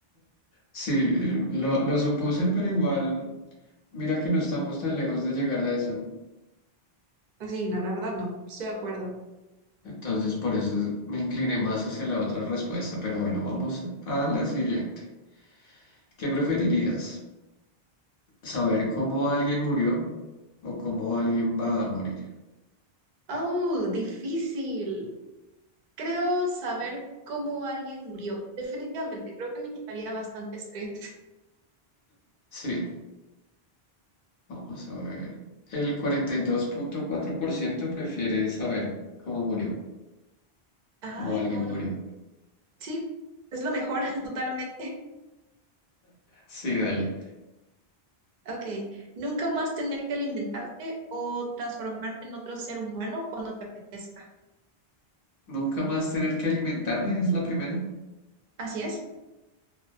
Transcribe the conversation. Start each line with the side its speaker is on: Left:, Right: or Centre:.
Left: Sí, eh, lo, lo supuse, pero igual, mira que no estamos tan lejos de llegar a eso.
Right: <laughs> Así, no, la verdad no, estoy de acuerdo.
Left: Entonces, por eso me incliné más hacia la otra respuesta. Pero bueno, vamos a la siguiente. ¿Qué preferirías? saber cómo alguien murió o cómo alguien va a morir.
Right: Oh, difícil. Creo saber cómo alguien murió. Definitivamente, creo que me quitaría bastante estrés.
Left: Sí, vamos a ver. El cuarenta y dos punto cuatro por ciento prefiere saber cómo murió,
Right: Ay,
Left: cómo alguien
Right: no,
Left: murió.
Right: no. Sí, es lo mejor, <laughs> totalmente.
Left: Sí, dale.
Right: Ok, nunca más tener que alimentarte o transformarte en otro ser humano cuando te apetezca.
Left: Nunca más tener que alimentarme es la primera.
Right: Así es,